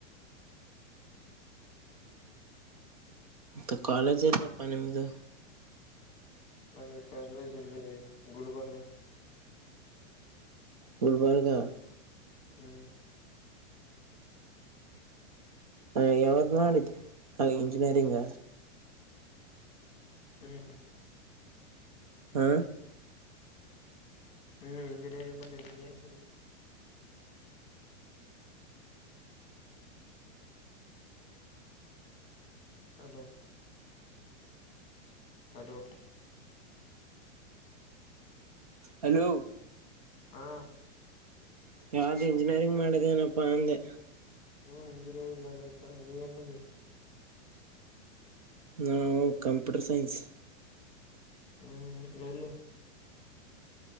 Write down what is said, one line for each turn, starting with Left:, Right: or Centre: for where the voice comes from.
Right: ಮತ್ತ ಕಾಲೇಜ್ ಎಲ್ಲಪ್ಪ ನಿಮದು.
Left: ನಮ ಕರಳ ಜಿಲ್ಲೆ ಗುಲ್ಬರ್ಗ
Right: ಬುಲ್ಬರ್ಗಾ
Left: ಹ್ಮ್
Right: ಹ ಯಾವ್ದ ಮಾಡಿದ್ ಆ ಇಂಜಿನಿಯರಿಂಗ
Left: ಹ್ಮ್
Right: ಹಾ
Left: ಹ್ಮ್ ಎಂಜಿನಿಯರಿಂಗ ಮಾಡ ಎ ಅಲೋ ಅದು
Right: ಹಲೋ
Left: ಹಾ
Right: ಯಾವ್ದು ಇಂಜಿನಿಯರಿಂಗ್ ಮಾಡಿದೇನಪ್ಪಾ ಅಂದೆ
Left: ಹ್ಮ್ ಅಂದಿರ ಮಾಡಂತ ನೀ ಏನ್ ಮಾಡಿ
Right: ನಾವು ಕಂಪ್ಯೂಟರ್ ಸೈನ್ಸ್
Left: ಹ್ಮ್ ಎಲ್ಲಿ